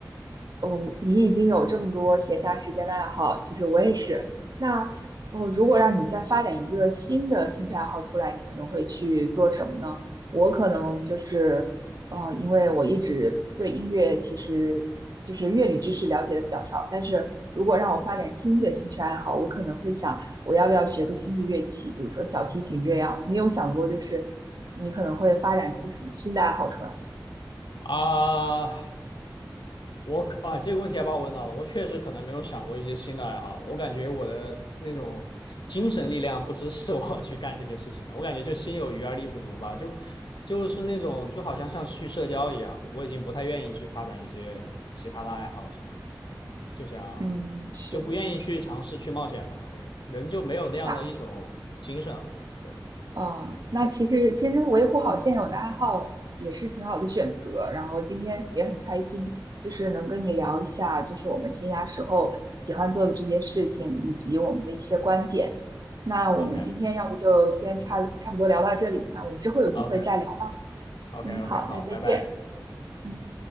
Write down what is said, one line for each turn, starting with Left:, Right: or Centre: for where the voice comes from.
Right: 哦，你已经有这么多闲暇时间的爱好，其实我也是。那哦，如果让你再发展一个新的兴趣爱好出来，你可能会去做什么呢？我可能就是，呃，因为我一直对音乐其实就是乐理知识了解的比较少，但是如果让我发展新的兴趣爱好，我可能会想。我要不要学个新的乐器，比如说小提琴这样？你有想过，就是你可能会发展出什么新的爱好出来吗？
Left: 啊我可啊，这个问题还把我问到了。我确实可能没有想过一些新的爱好了。我感觉我的那种精神力量不支持我 <laughs> 去干这些事情了。我感觉就心有余而力不足吧，就就是那种就好像像去社交一样，我已经不太愿意去发展一些其他的爱好，是吗？就想
Right: 嗯，是。
Left: 就不愿意去尝试去冒险吧。对，人就没有那样的一种精神了。
Right: 那
Left: 对
Right: 嗯，那其实其实维护好现有的爱好也是挺好的选择。然后今天也很开心，就是能跟你聊一下，就是我们闲暇时候喜欢做的这些事情，以及我们的一些观点。那我们今天要不就先差差不多聊到这里，
Left: ，OK
Right: 那我们之后有机会再聊吧。
Left: OK OK
Right: 嗯，
Left: OK，
Right: 好，
Left: 好，
Right: 那再见。
Left: 拜拜。
Right: 嗯。